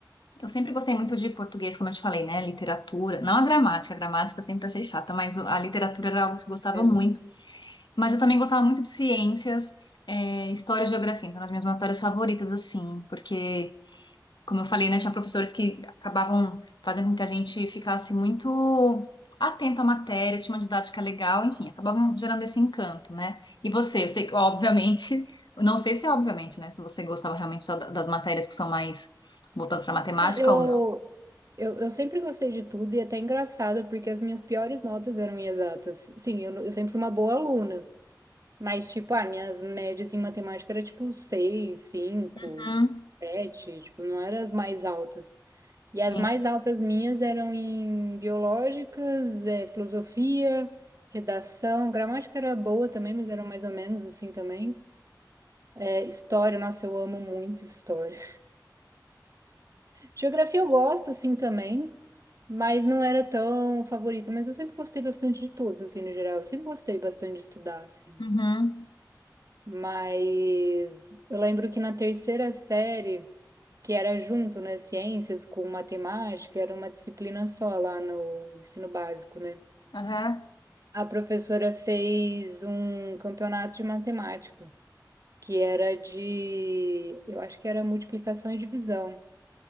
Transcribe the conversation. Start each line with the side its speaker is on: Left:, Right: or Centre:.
Left: eu sempre gostei muito de português, como eu te falei, né? Literatura, não a gramática, a gramática eu sempre achei chata, mas a literatura era algo que eu gostava
Right: É.
Left: muito. Mas eu também gostava muito de ciências, é, história e geografia, então eram as minhas matérias favoritas, assim, porque, como eu falei, né, tinha professores que acabavam fazendo com que a gente ficasse muito atento à matéria, tinha uma didática legal, enfim, acabavam gerando esse encanto, né? E você, eu sei que, obviamente, eu não sei se é obviamente, né, se você gostava realmente só da- das matérias que são mais voltadas para matemática
Right: Ah, Eu,
Left: ou não.
Right: eu, eu sempre gostei de tudo e é até engraçado, porque as minhas piores notas eram em exatas. Sim, eu, eu sempre fui uma boa aluna, mas, tipo, ah, minhas médias em matemática era tipo 6 cinco
Left: Uhum,
Right: 7 tipo, não eram as mais altas.
Left: sim.
Right: E as mais altas minhas eram em biológicas, eh, filosofia, redação, gramática era boa também, mas era mais ou menos assim também. Eh, história, nossa, eu amo muito história. Geografia eu gosto, assim, também, mas não era tão favorita. Mas eu sempre gostei bastante de todos, assim, no geral. Eu sempre gostei bastante de estudar, assim.
Left: Uhum.
Right: Mas eu lembro que na terceira série, que era junto, né, ciências com matemática, era uma disciplina só lá no ensino básico, né?
Left: Aham.
Right: A professora fez um campeonato de matemática, que era de, eu acho que era multiplicação e divisão.